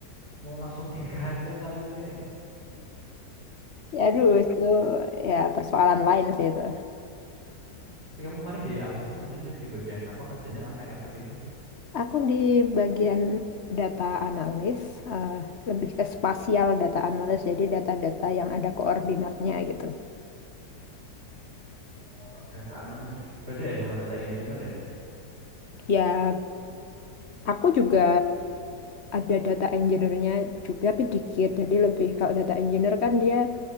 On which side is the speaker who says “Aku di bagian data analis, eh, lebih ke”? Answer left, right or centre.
Left